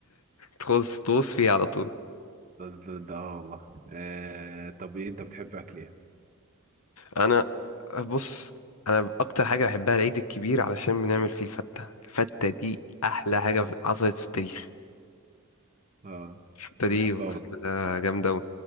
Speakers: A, on the left; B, on the right.
A: تغوص تغوص فيه على طول
B: ده ده ده اه والله آه طب ايه انت بتحب اكل ايه؟
A: انا بص انا اكتر حاجه بحبها العيد الكبير علشان بنعمل فيه الفته الفته دي احلى
B: <laughs>
A: حاجه في- حصلت في التاريخ
B: اه
A: الفته دي
B: انا بحبها
A: اقسم
B: برضه.
A: بالله جامده أوي